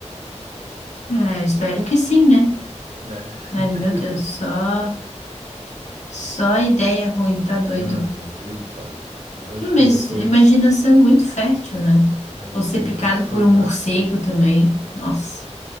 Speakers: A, on the left; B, on the right.
A: É, espero que sim, né?
B: É.
A: Mas,
B: <laughs>
A: meu Deus, só, só ideia ruim, tá doido.
B: Ah, é, nem me fale. Eu acho
A: Não,
B: que
A: mas
B: depois,
A: imaginação muito fértil, né?
B: né,
A: Ou
B: depois
A: ser picado
B: eu vou sonhar
A: por um morcego
B: com isso aí.
A: também. Nossa,